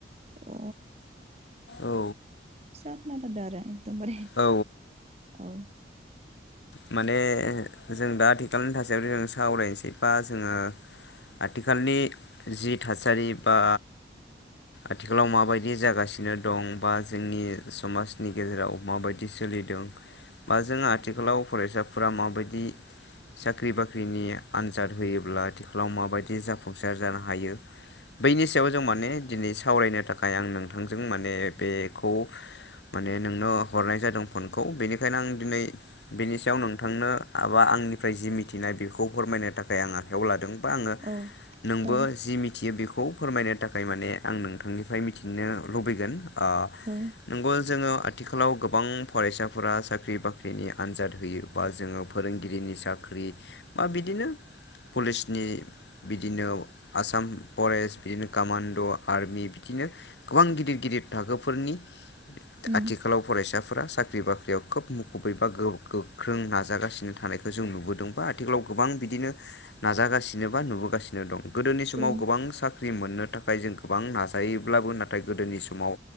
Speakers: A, on the right (about 35°); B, on the left (about 70°).
A: अ।
B: औ।
A: फिसा खोनाथारदो आरो एकदमबारे
B: औ
A: औ।
B: माने जों दा आथिखालनि थासारिजों सावरायनोसै बा जोङो आथिखालनि जि थासारि बा आथिखालाव माबायदि जागासिनो दं बा जोंनि समाजनि गेजेराव माबायदि स सोलिदों बा जों आथिखालाव फरायसाफोरा माबायदि साख्रि बाख्रिनि आन्जाद होयोब्ला आथिखालाव माबायदि जाफुंसार जानो हायो। बैनि सायाव जों माने दिनै सावरायनो थाखाय आं नोंथांजों माने बेखौ माने नोंनो हरनाय जादों फनखौ बेनिखायनो आं दिनै बेनि सायाव नोंथांनो माबा आंनिफ्राय जि मिथिनाय बेखौ फोरमायनो थाखाय आं आखायाव लादों। आङो,
A: औ
B: नोंबो
A: औ
B: जि मिथियो बिख खौ फोरमायनो थाखाय माने आं नोंथांनिफ्राय मिथिनो लुबैगोन। आ
A: औ
B: नंगौ जोङो आथिखालाव गोबां फरायसाफोरा साख्रि बाख्रिनि आनजाद होयो बा जोङो फोरोंगिरिनि साख्रि बा बिदिनो पुलिसनि बिदिनो आसाम फरेस्ट बिदिनो कामान्ड' आर्मि बिदि नो गोबां गिदिर गिदिर थाखोफोरनि
A: उम
B: आथिखालाव फरायसाफोरा साख्रि बाख्रियाव खोब मुखुबै बा गो-गोख्रों नाजागासिनो थानायखौ जों नुबोदों बा आथिखालाव गोबां बिदिनो नाजागासिनो। एबा नुबोगासिनो दं। गोदोनि समाव
A: औ
B: गोबां सा ख्रि मोननो थाखाय जों गोबां नाजायोब्लाबो नाथाय गोदोनि समाव